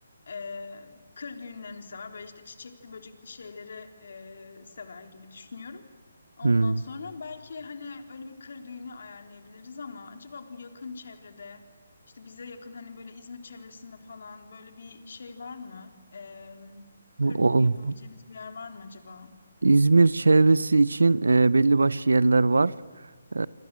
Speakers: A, on the left (about 65°); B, on the right (about 80°).
A: Ee, kır düğünlerini sever. Böyle işte çiçekli böcekli şeyleri e, sever gibi düşünüyorum. Ondan
B: Hmm.
A: sonra belki hani öyle bir kır düğünü ayarlayabiliriz ama acaba bu yakın çevrede işte bize yakın hani böyle İzmir çevresinde falan böyle bir şey var mı? Ee,
B: Bu
A: kır düğünü
B: ol-
A: yapabileceğimiz bir yer var mı acaba?
B: İzmir çevresi için e, belli başlı yerler var. E,